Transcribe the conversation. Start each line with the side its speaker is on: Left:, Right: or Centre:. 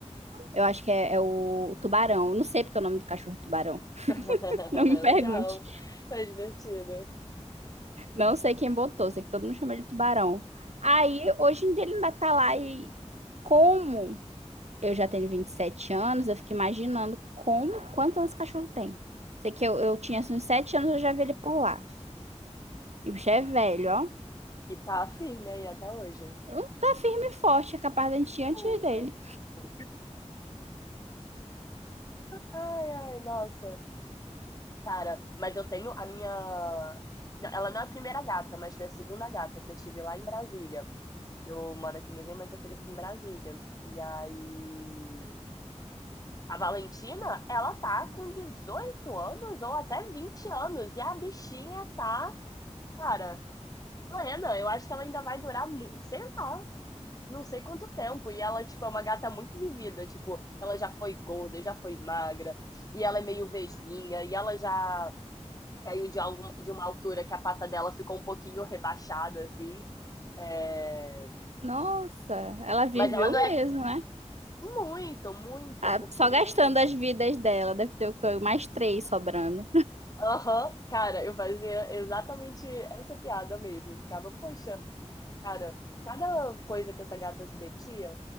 Right: Eu acho que é, é o tubarão. Não sei porque o nome do cachorro é tubarão. <laughs>
Left: <laughs>
Right: Não me pergunte.
Left: Legal. Tá divertido.
Right: Não sei quem botou, sei que todo mundo chama ele de tubarão. Aí, hoje em dia ele ainda tá lá e como? Eu já tenho 27 anos, eu fico imaginando como, quantos anos o cachorro tem. Sei que eu, eu tinha assim, uns 7 anos, eu já vi ele por lá. E o bicho é velho, ó.
Left: E tá firme aí até hoje.
Right: Não tá firme e forte, é capaz da gente ir antes
Left: É isso.
Right: dele.
Left: <laughs> Ai, ai, nossa. Cara, mas eu tenho a minha. Ela não é a primeira gata, mas foi a segunda gata que eu tive lá em Brasília. Que eu moro aqui no Rio, mas eu cresci em Brasília. E aí. A Valentina, ela tá com 18 anos ou até 20 anos. E a bichinha tá, cara, plena. Eu acho que ela ainda vai durar, mu- sei lá, não sei quanto tempo. E ela, tipo, é uma gata muito vivida. Tipo, ela já foi gorda, já foi magra. E ela é meio vesguinha. E ela já caiu de, algum, de uma altura que a pata dela ficou um pouquinho rebaixada, assim. É...
Right: Nossa, ela viveu
Left: Mas ela não é
Right: mesmo, né?
Left: muito, muito,
Right: Ah,
Left: porque.
Right: Só gastando as vidas dela, deve ter o quê? mais três sobrando.
Left: Aham, cara, eu fazia exatamente essa piada mesmo. Eu Ficava, poxa, cara, cada coisa que essa gata se metia.